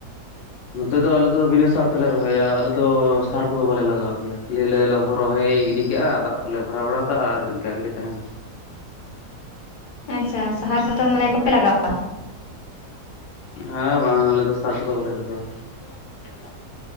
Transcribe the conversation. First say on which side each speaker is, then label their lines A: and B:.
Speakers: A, on the left; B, on the left.
A: ᱱᱚᱛᱮ ᱫᱚ ᱟᱞᱮ ᱫᱚ ᱵᱤᱱᱟᱹ ᱥᱟᱨ ᱛᱮᱞᱮ ᱨᱚᱦᱚᱭᱟ ᱟᱞᱮ ᱫᱚ ᱥᱟᱨ ᱠᱚᱫᱚ ᱵᱟᱞᱮ ᱞᱟᱜᱟᱣ ᱜᱮᱭᱟ ᱠᱷᱟᱹ ᱞᱤ ᱞᱮ ᱠᱷᱟᱞᱤ ᱞᱮ ᱨᱚᱦᱚᱭ ᱜᱤᱰᱤ ᱦᱤᱡᱩᱜ-ᱟ ᱫᱟᱜ ᱠᱚᱞᱮ ᱵᱷᱚᱨᱟᱣ ᱵᱟᱲᱟ ᱠᱟᱜᱼᱟ ᱟᱨ ᱤᱱᱠᱟ ᱜᱮᱞᱮ ᱛᱟᱦᱮᱱᱟ
B: ᱟᱪᱷᱟ ᱥᱟᱦᱟᱨ ᱠᱚᱫᱚ ᱢᱟᱱᱮ ᱵᱟᱯᱮ ᱞᱟᱜᱟᱣᱟ
A: ᱦᱮᱸ ᱵᱟᱝ ᱟᱞᱮ ᱫᱚ ᱥᱟᱨ ᱠᱚᱫᱚ ᱵᱟᱞᱮ ᱞᱟᱜᱟᱣᱟ᱾ <unintelligible>